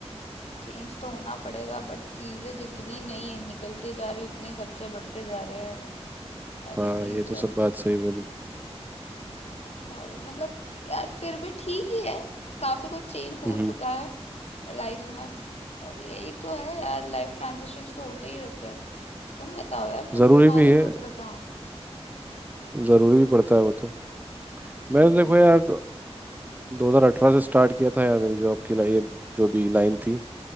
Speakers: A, on the left; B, on the right.
A: चेंज तो होना पड़ेगा बट चीजें जितनी नहीं है, निकलते जा रही उतने खर्चे बढ़ते जा रहे हैं सारी
B: हाँ
A: चीज
B: ये तो
A: है
B: सब बात सही बोली
A: सारी मतलब यार फिर भी ठीक ही है काफी कुछ चेंज हो
B: हम्म
A: चुका है और लाइफ में और यही तो है यार लाइफ ट्रांजिशंस तो होते ही रहते हैं तुम बताओ यार तुम
B: ज़रूरी
A: तुम्हारा
B: भी है
A: तो कुछ बताओ
B: ज़रूरी भी पड़ता है वो तो
A: Hmm
B: मैंने तो देखो यार दो हज़ार अठारह से स्टार्ट किया था यार मेरी जॉब की ला- ये जो भी लाइन थी